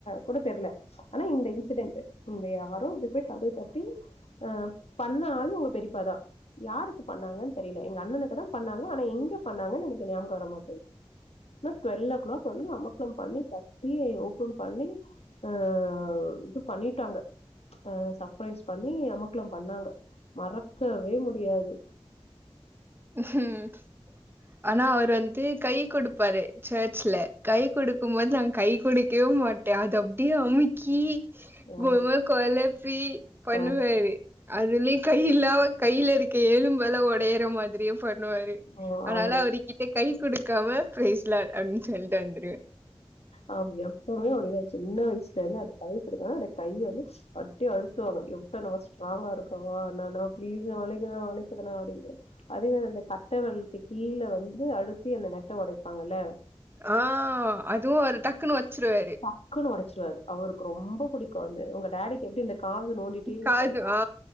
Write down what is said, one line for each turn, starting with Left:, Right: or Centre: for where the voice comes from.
Left: கூட தெர்ல ஆனா இந்த இன்சிடென்ட் இந்த யாரோ அப்டி போய் கதவ தட்டி அ பண்ணாலு உங்க பெரிப்பாதா யாருக்கு பண்ணாங்கன் தெரில எங்க அண்ணனுக்கு தா பண்ணாங்க ஆனா எங்க பண்ணாங்கன்னு எனக்கு ஞாபக வர மாட் டுவல் ஓ கிளாக் வந்து அமர்க்களம் பண்ணி கத்திய ஓபன் பண்ணி அ இது பண்ணிட்டாங்க அ சப்ரைஸ் பண்ணி அமர்க்களம் பண்ணாங்க மறக்கவே முடியாது
Right: உஹூம்
Left: <inaudible>
Right: ஆனா அவர் வந்துன்டு கை குடுப்பாரு சர்ச்ல கை குடுக்கு போது நாங்க கை குடுக்கய மாட் டே அது அப்டியே அமுக்கி
Left: ஆ,
Right: கோ மாரி கொலப்பி பண்ணுவாரு
Left: ஆ.
Right: அதுல கை இல்லா கையில இருக்க எலும்பல்லா ஒடையற மாதிரியே பண்ணுவாரு
Left: அ
Right: அதுனால
Left: அவங்கள
Right: அவரு கிட்ட கை குடுக்காம பிரைஸ் லார்ட் அப்டின் சொல்ட்டு வந்துருவே
Left: ஆமா எப்பவுமே அப்டிதா சின்ன வயசுல இருந்தே அது கை குடுக்குறனா அந்த கைய வந்து அட்டி அழுத்துவாங்க எப்ப நம்ம ஸ்ட்ராங்கா இருக்கவா அண்ணா அண்ணா ப்ளீஸ் ணா வலிக்குது ணா வலிக்குது ணா அப்டின்ட்டு அதே மாரி அந்த கட்டவெரலுக்கு கீழ வந்து அழுத்தி அந்த நெட்ட ஒடைப்பாங்கல்ல
Right: ஆ அதுவு அவரு டக்குன்னு ஒச்சுருவாரு
Left: டக்குனு ஒடச்சுருவாரு அவருக்கு ரொம்ப புடிக்கு வந்து ஒங்க டாடிக்கு எப்டி இந்த காது நோண்டிட்டே இருப்பாரு
Right: காது ஆ